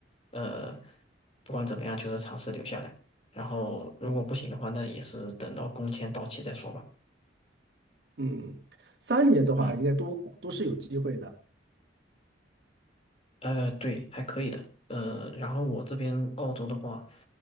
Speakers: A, on the left; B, on the right.
A: 呃，不管怎么样，就是尝试留下来，然后如果不行的话，那也是等到工签到期再说吧。
B: 嗯，三年的话，
A: 嗯。
B: 应该都都是有机会的。
A: 呃，对，还可以的。呃，然后我这边澳洲的话，